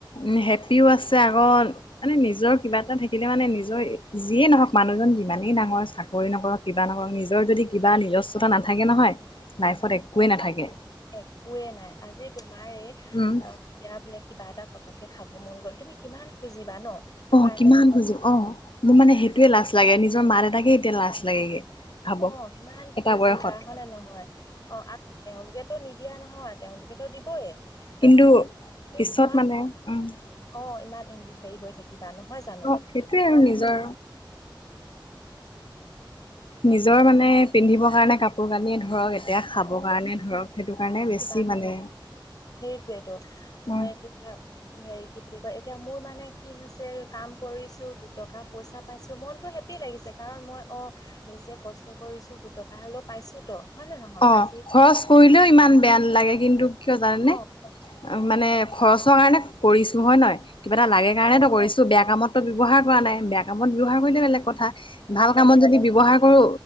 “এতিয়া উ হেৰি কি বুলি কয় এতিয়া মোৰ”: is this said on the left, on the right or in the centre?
Left